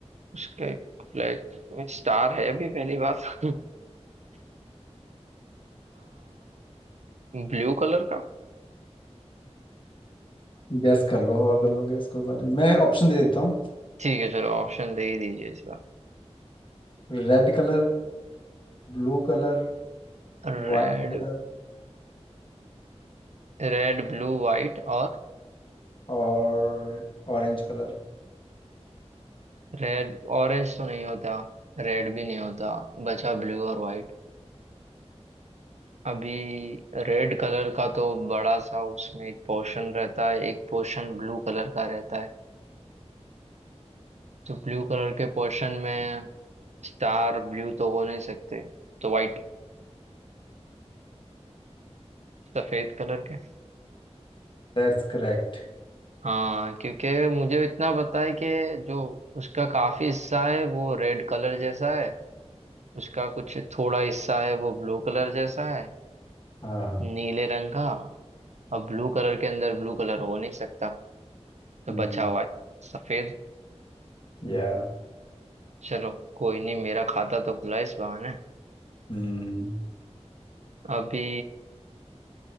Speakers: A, on the right (about 80°); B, on the left (about 45°).
A: उसके फ्लैग में स्टार है अभी पहली बात <laughs> ब्लू कलर का
B: गैस कर लो और कर लो गैस कोई बात नहीं मैं ऑप्शन दे देता हूँ
A: ठीक है चलो ऑप्शन दे ही दीजिए इस बार
B: Red colour blue colour
A: रेड
B: white colour
A: रेड ब्लू वाइट और
B: और ऑरेंज कलर
A: रेड ऑरेंज तो नहीं होता रेड भी नहीं होता बचा ब्लू और वाइट अभी रेड कलर का तो बड़ा सा उसमें एक पोर्शन रहता है एक पोर्शन ब्लू कलर का रहता है तो ब्लू कलर के पोर्शन में स्टार ब्लू तो हो नहीं सकते तो वाइट सफेद कलर के
B: That's correct
A: हाँ क्योंकि मुझे इतना पता है कि जो उसका काफी हिस्सा है वो रेड कलर जैसा है उसका कुछ थोड़ा हिस्सा है वो ब्लू कलर जैसा है
B: हाँ
A: नीले रंग का अब ब्लू कलर के अंदर ब्लू कलर हो नहीं सकता तो
B: हम्म
A: बचा हुआ है सफेद
B: या
A: चलो कोई नहीं मेरा खाता तो खुला इस बहाने <laughs>
B: हम्म
A: अभी